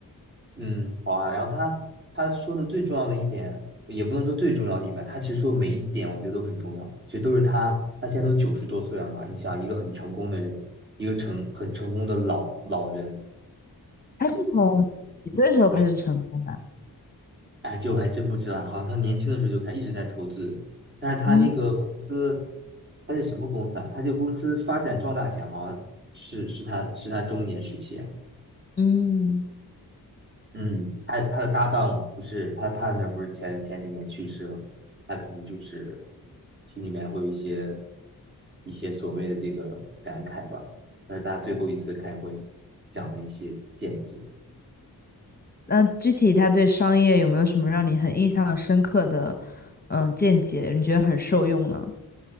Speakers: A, on the right; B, on the left.
A: 嗯，好啊。然后他他说的最重要的一点，也不能说最重要的一点吧，他其实说每一点我觉得都很重要，其实都是他他现在都九十多岁了嘛。你想，一个很成功的人，一个成很成功的老老人，
B: 他是从几岁的时候开始成功的？
A: 你哎，这我还真不知道，好像他年轻的时候就开始一直在投资，但是他那个公司，
B: 嗯
A: 他是什么公司啊？他这个公司发展壮大前，好像是是他是他中年时期啊。
B: 嗯，
A: 嗯，他他的搭档不是他他 p a 不是前前几年去世了吗？他可能就是心里面会有一些一些所谓的这个感慨吧。但是他最后一次开会讲了一些见解。
B: 那具体他对商业有没有什么让你很印象深刻的嗯见解？你觉得很受用呢？